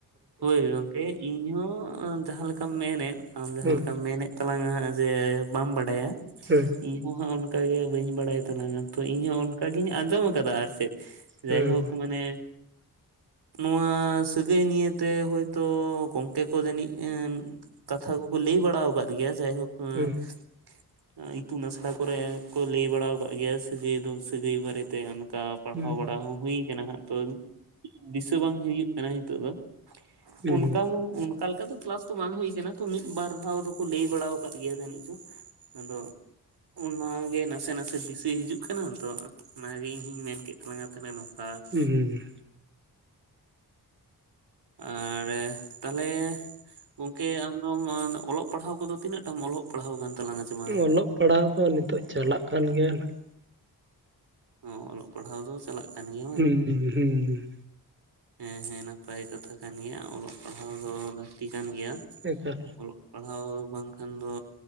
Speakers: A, on the right (about 80°); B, on the right (about 30°).
A: ᱦᱳᱭ ᱜᱚᱝᱠᱮ ᱤᱧᱦᱚᱸ ᱡᱟᱦᱟᱸ ᱞᱮᱠᱟᱢ ᱢᱮᱱᱮᱫ ᱟᱢ ᱡᱟᱦᱟᱸ
B: ᱦᱩᱸ
A: ᱞᱮᱠᱟᱢ ᱢᱮᱱᱮᱫ ᱛᱟᱞᱟᱝ ᱟ ᱡᱮ ᱵᱟᱢ ᱵᱟᱰᱟᱭᱟ
B: ᱦᱮᱸ
A: ᱤᱧ ᱦᱚᱸ ᱦᱟᱸᱜ ᱚᱱᱠᱟ ᱜᱮ ᱵᱟᱹᱧ ᱵᱟᱲᱟᱭ ᱛᱟᱞᱟᱝᱟ ᱛᱚ ᱤᱧ ᱦᱚᱸ ᱚᱱᱠᱟᱜᱤᱧ ᱟᱸᱡᱚᱢ ᱟᱠᱟᱫᱟ ᱟᱨ ᱪᱮᱫ
B: ᱦᱩᱸ
A: ᱡᱟᱭᱦᱳᱠ ᱢᱟᱱᱮ ᱱᱚᱣᱟ ᱥᱟᱹᱜᱟᱹᱭ ᱱᱤᱭᱟᱹ ᱛᱮ ᱦᱳᱭᱛᱳ ᱜᱚᱝᱠᱮ ᱠᱚ ᱡᱟᱹᱱᱤᱡ ᱠᱟᱛᱷᱟ ᱠᱚᱠᱚ ᱞᱟᱹᱭ ᱵᱟᱲᱟ ᱟᱠᱟᱫ ᱜᱮᱭᱟ ᱡᱟᱭᱦᱳᱠ ᱵᱟᱝ
B: ᱦᱩᱸ
A: ᱟᱸᱡᱚᱢ ᱴᱷᱤᱠᱟᱹᱜ ᱠᱟᱱᱟ ᱤᱛᱩᱱ ᱟᱥᱲᱟ ᱠᱚᱨᱮ ᱠᱚ ᱞᱟᱹᱭ ᱵᱟᱲᱟ ᱟᱠᱟᱫ ᱜᱮᱭᱟ ᱥᱟᱹᱜᱟᱹᱭ ᱫᱚ ᱥᱟᱹᱜᱟᱹᱭ ᱵᱟᱨᱮᱛᱮ ᱚᱱᱠᱟ ᱯᱟᱲᱦᱟᱣ
B: ᱦᱩᱸ
A: ᱵᱟᱲᱟ ᱦᱚᱸ ᱦᱩᱭ ᱠᱟᱱᱟ ᱦᱟᱸᱜ ᱛᱚ ᱫᱤᱥᱟᱹ ᱵᱟᱝ ᱦᱩᱭᱩᱜ ᱠᱟᱱᱟ ᱱᱤᱛᱚᱜ ᱫᱚ
B: ᱦᱩᱸ
A: ᱩᱱᱠᱟ
B: ᱦᱩᱸ
A: ᱢᱩ ᱠᱟᱞᱠᱟ ᱫᱚ ᱠᱮᱞᱟᱥ ᱫᱚ ᱵᱟᱝ ᱦᱩᱭ ᱟᱠᱟᱱᱟ ᱛᱚ ᱢᱤᱫ ᱵᱟᱨ ᱫᱷᱟᱣ ᱫᱚᱠᱚ ᱞᱟᱹᱭ ᱵᱟᱲᱟ ᱟᱠᱟᱫ ᱜᱮᱭᱟ ᱡᱟᱹᱱᱤᱡᱚ ᱟᱫᱚ ᱚᱱᱟ ᱜᱮ ᱱᱟᱥᱮ-ᱱᱟᱥᱮ ᱫᱤᱥᱟᱹ ᱦᱤᱡᱩᱜ ᱠᱟᱱᱟ ᱛᱚ ᱚᱱᱟᱜᱮ ᱤᱧ ᱦᱚ‌ᱧ ᱢᱮᱱ ᱠᱮᱫ ᱛᱟᱞᱟᱝᱟ ᱛᱟᱦᱮ ᱱᱚᱝ ᱟᱥ
B: ᱦᱩᱸ
A: ᱟᱨ ᱛᱟᱦᱚᱞᱮ ᱜᱚᱝᱠᱮ ᱟᱢᱫᱚᱢ ᱚᱞᱚᱜ ᱯᱟᱲᱦᱟᱣ ᱠᱚᱫᱚ ᱛᱤᱱᱟᱹᱜ ᱴᱟᱢ ᱚᱞᱚᱜ ᱯᱟᱲᱦᱟᱣ ᱠᱟᱱ ᱛᱟᱞᱟᱝ-ᱟ? ᱪᱮ ᱵᱟᱝᱟ?
B: ᱚᱞᱚᱜ ᱯᱟᱲᱦᱟᱣ ᱫᱚ ᱱᱤᱛᱚᱜ ᱪᱟᱞᱟᱜ ᱠᱟᱱ ᱜᱮᱭᱟ ᱱᱟᱦᱟᱜ
A: ᱚ ᱚᱞᱚᱜ ᱯᱟᱲᱦᱟᱣ ᱫᱚ ᱪᱟᱞᱟᱜ ᱠᱟᱱ ᱜᱮᱭᱟ ᱵᱟᱝ
B: ᱦᱩᱸ ᱦᱩᱸ
A: ᱦᱮᱸᱻ ᱦᱮᱸᱻ ᱱᱟᱯᱟᱭ ᱠᱟᱛᱷᱟ ᱠᱟᱱ ᱜᱮᱭᱟ ᱚᱞᱚᱜ ᱯᱟᱲᱦᱟᱣ ᱫᱚ ᱞᱟᱹᱠᱛᱤ ᱠᱟᱱ ᱜᱮᱭᱟ
B: ᱮᱠᱟᱞ
A: ᱚᱞᱚᱜ ᱯᱟᱲᱦᱟᱣ ᱵᱟᱝᱠᱷᱟᱱ ᱫᱚ